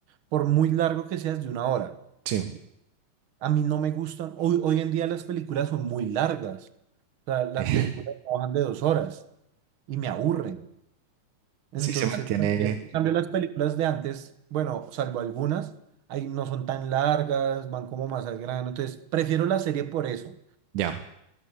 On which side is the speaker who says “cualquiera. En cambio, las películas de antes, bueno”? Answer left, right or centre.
Right